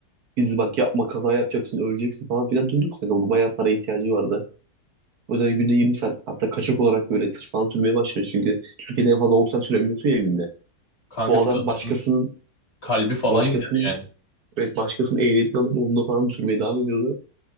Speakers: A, on the right; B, on the left.
A: Biz bak yapma kaza yapacaksın öleceksin falan filan döndük kanka. Onun bayağı para ihtiyacı vardı. O yüzden günde yirmi saat hatta kaçak olarak böyle tır falan sürmeye başladı. Çünkü Türkiye'de en fazla 10 saat sürebiliyorsun ya günde.
B: Kanka
A: Bu
B: bir
A: adam
B: de adamın
A: başkasının
B: kalbi falan
A: başkasının
B: gider yani.
A: evet başkasının ehliyetini alıp onunla falan sürmeye devam ediyordu.